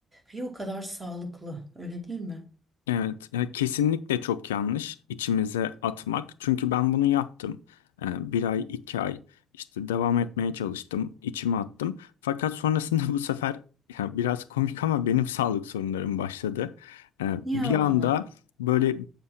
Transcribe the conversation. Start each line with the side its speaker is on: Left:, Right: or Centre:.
Right: bir o kadar sağlıklı, öyle değil mi?
Left: Evet, ya kesinlikle çok yanlış içimize atmak. Çünkü ben bunu yaptım. Ee, bir ay, iki ay işte devam etmeye çalıştım, içime attım. Fakat sonrasında <laughs> bu sefer ya biraz komik ama benim sağlık sorunlarım başladı. Ee,
Right: Ya,
Left: bir anda böyle